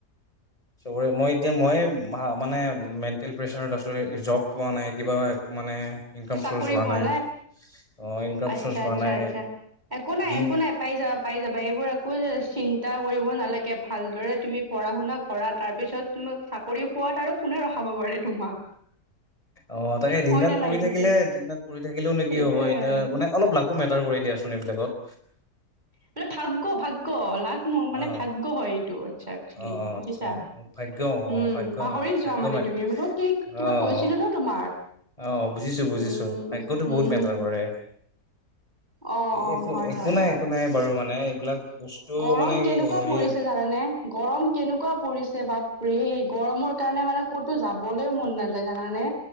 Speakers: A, on the left; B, on the right.
A: চবৰে মই এতিয়া মই মানে মেণ্টেল প্ৰেচাৰত আছো জব পোৱা নাই কিবা মানে ইনকাম
B: চাকৰি
A: চৰ্চ হোৱা
B: পোৱা
A: নাই অ ইনকাম
B: আচ্ছা
A: চ'ৰ্চ হোৱা
B: আচ্ছা
A: নাই
B: আচ্ছা একো নাই
A: দিন
B: একো নাই পাই যাবা পাই যাবা এইবোৰ একো চিন্তা কৰিব নালাগে ভালদৰে তুমি পঢ়া শুনা কৰা তাৰ পিছত তুমি চাকৰি পোৱাত আৰু কোনে ৰখাব পাৰে তোমাক
A: অ তাকে
B: হয়
A: দিন দাত
B: নে
A: পৰি
B: নাই পিছে
A: থাকিলে দিনাত পৰি থাকিলেও নে
B: সেইটোয়ে
A: কি হব এতিয়া
B: আৰু
A: মানে অলপ লাকো মেটাৰ কৰি দিয়া চোনন এইবিলাকত
B: মানে ভাগ্য ভাগ্য লাখ ন মানে
A: অ
B: ভাগ্য হয় এইটো আচ্ছা একেল
A: অ',
B: বুজিছা
A: আচ্ছা অ', ভাগ্য
B: উম
A: অ', ভাগ্য
B: পাহৰি
A: অ',
B: যোৱা
A: ভাগ্য
B: মানে
A: মে
B: তুমি কি
A: অ',
B: কিবা কৈছিলো ন তোমাক
A: অ', বুজিছো বুজিছো
B: উম
A: ভাগ্যটো
B: হম
A: বহুত মেটাৰ
B: হ
A: কৰে।
B: অ
A: এ
B: অ
A: একো
B: হয়
A: একো
B: হয়
A: নাই
B: হয়
A: একো নাই বাৰু মানে এইবিলাক বস্তু
B: ৰম
A: মানে
B: কেনেকুৱা
A: হেৰি
B: পৰিছে জানানে গৰম কেনেকুৱা পৰিছে বাপ ৰে গৰমৰ কাৰণে মানে ক'তো যাবলৈও মন নাযায় জানানে